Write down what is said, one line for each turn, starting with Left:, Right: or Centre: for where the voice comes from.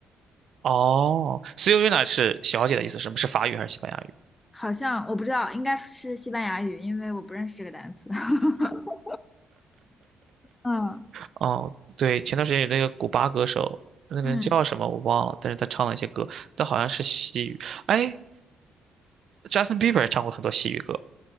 Right: 哦 s e r e n a 是小姐的意思，什么是法语还是西班牙语？
Left: 好像我不知道，应该是西班牙语，因为我不认识这个单词。<laughs> 嗯
Right: 哦，对，前段时间有那个古巴歌手，那个人叫什么我忘了，
Left: 嗯，
Right: 但是他唱了一些歌，但好像是西语。哎，Justin Bieber 也唱过很多西语歌，